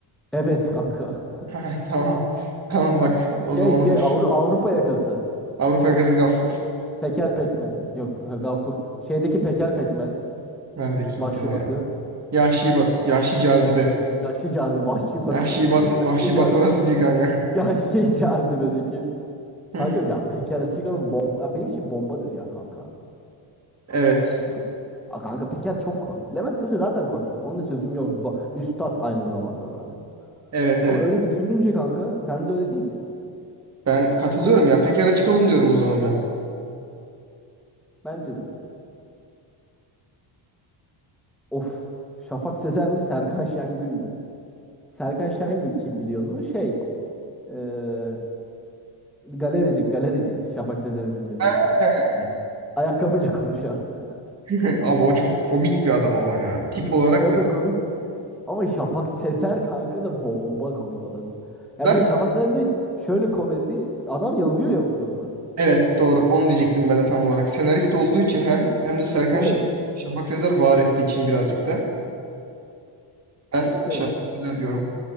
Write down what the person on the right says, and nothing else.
<laughs> Ha, Tamam. Tamam bak o zaman
olur.
Avrupa Yakası Gaffur.
Neredekiydi
o ya?
Yahşi Bat, Yahşi Cazibe.
Yahşi
Bat, Vahşi
Batı
orası değil kanka.
<laughs>
Evet.
Evet evet.
Ben katılıyorum ya. Pekara çıkalım diyorum o zaman ben.
Ha.
<laughs> Abi o çok komik bir adam ama ya. Tip olarak
da.
Zaten
evet doğru. Onu diyecektim ben de tam olarak. Senarist olduğu için hem hem de Serkan
Ş- Şafak Sezer var ettiği için birazcık da. Ben
Şafak Sezer diyorum.